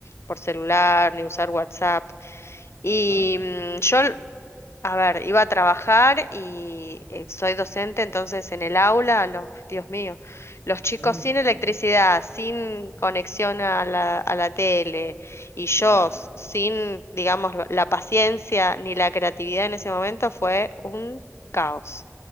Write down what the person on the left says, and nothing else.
por celular ni usar WhatsApp. Y
mm, yo A ver, iba a trabajar y eh, soy docente, entonces en el aula, los, Dios mío, los chicos
sin electricidad, sin conexión a la, a la tele y yo
s- sin, digamos, la la paciencia ni la creatividad en ese momento fue un caos.